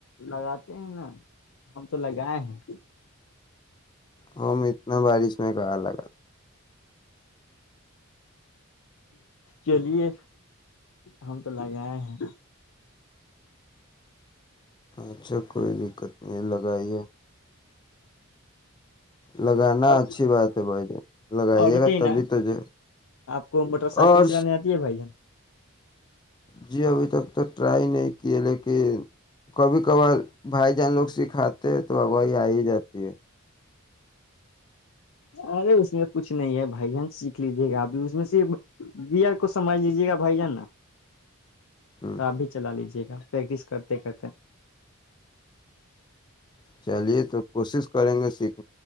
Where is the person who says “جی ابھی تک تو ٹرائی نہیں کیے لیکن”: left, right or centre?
Left